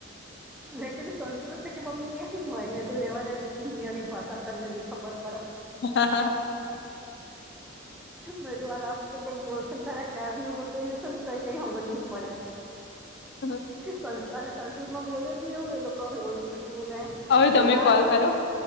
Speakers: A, in the centre; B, on the left.
A: મે કીધું સંશ્રુત તોકે મમ્મી એ હું હોય મે <unintelligible> રેવાદેન ઋષિ મુનિયોની ભાષા તનેબી ખબર પળે.
B: ઉહ હા હા હા.
A: મેંધુ આરામ તો કઈ બોલશે ન તારા ગાળીયુ પર બેહી જસેન તો ત કઈ હમજ નહી પળે
B: હા
A: પણ શું આને સંસ્કૃત માં બોલે બી એવું એ લોકો <unintelligible>
B: તો તમે કોલ
A: કેવું
B: કર્યો